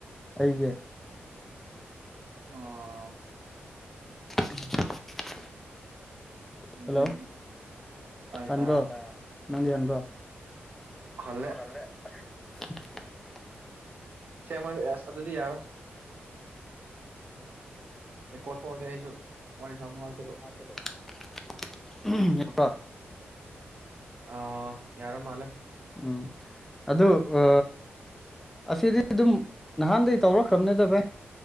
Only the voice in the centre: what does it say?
ꯑꯩꯒꯤ
<unintelligible>
ꯍꯜꯂꯣ
ꯍꯟꯕ꯭ꯔꯣ
ꯅꯪꯒꯤ ꯍꯟꯕ꯭ꯔꯣ
<unintelligible>
<unintelligible>
ꯎꯝ ꯑꯗꯨ ꯑ ꯑꯁꯤꯗꯤ ꯑꯗꯨꯝ ꯅꯍꯥꯟꯗꯒꯤ ꯇꯧꯔꯛꯈ꯭ꯔꯕꯅꯦꯗ ꯚꯥꯏ